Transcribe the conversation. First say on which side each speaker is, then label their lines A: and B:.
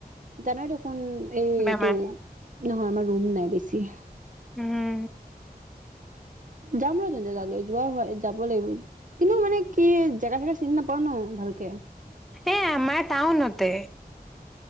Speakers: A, on the right; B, in the centre.
A: জান এই
B: বেমাৰ
A: এইটো নহয় আমাৰ ৰুম নাই বেছি জি
B: হম
A: যাম ৰ তে তালৈ যোৱা হয় যাব লাগিব কিন্তু মানে কি জেগা চেগা চিনি নাপাও ন ভালকে
B: এ আমাৰ টাউনতে